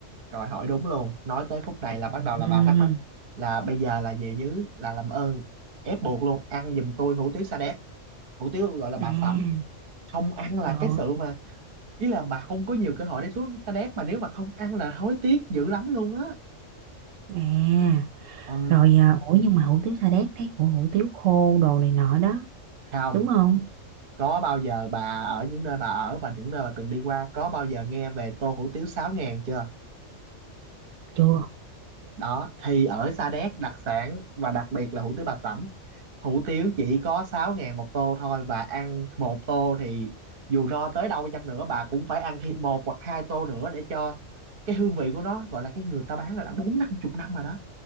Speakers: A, on the right; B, on the right.
A: Rồi hỏi đúng luôn, nói tới khúc này là bắt
B: Ừm,
A: đầu là bà thắc mắc là bây giờ là về dưới là làm ơn ép buộc luôn ăn giùm tôi hủ tiếu sa đéc, hủ tiếu gọi là bà
B: À
A: sẩm, không ăn là
B: trời
A: cái
B: ơi.
A: sự mà ý là bà không có nhiều cơ hội để xuống sa đéc mà nếu mà không ăn là hối tiếc dữ lắm luôn á.
B: À
A: Ờ,
B: rồi à, ủa nhưng mà hủ tiếu Sa Đéc thấy của hủ tiếu khô đồ này nọ đó
A: không,
B: Đúng không
A: có bao giờ bà ở những nơi bà ở và những nơi bà từng đi qua có bao giờ nghe về tô hủ tiếu 6 ngàn chưa?
B: Chưa
A: Đó, thì ở Sa Đéc đặc sản và đặc biệt là hủ tiếu bà sẩm hủ tiếu chỉ có sáu ngàn một tô thôi và ăn một tô thì dù no tới đâu chăng nữa bà cũng phải ăn thêm một hoặc hai tô nữa để cho cái hương vị của nó gọi là cái người ta bán là đã bốn năm chục năm rồi đó